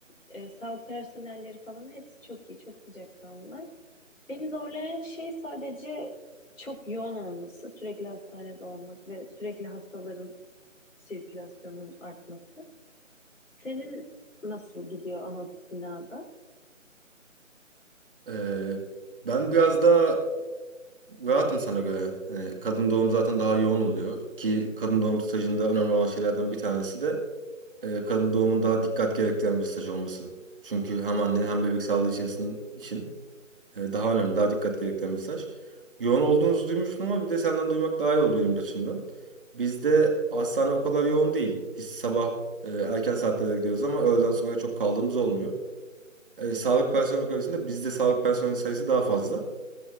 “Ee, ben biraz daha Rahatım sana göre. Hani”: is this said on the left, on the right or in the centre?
Right